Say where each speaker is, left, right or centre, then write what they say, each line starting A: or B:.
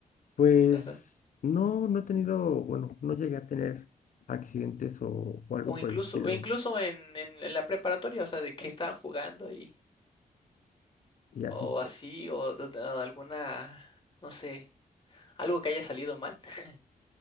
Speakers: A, on the left (about 55°); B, on the left (about 30°).
A: Pues
B: O sea,
A: no, no he tenido, bueno, no llegué a tener accidentes o, o algo
B: o incluso,
A: por el estilo
B: o incluso en, en, en la preparatoria, o sea, de que estaban jugando y,
A: y
B: o
A: así.
B: así, o, de- de alguna, no sé, algo que haya salido mal. <laughs>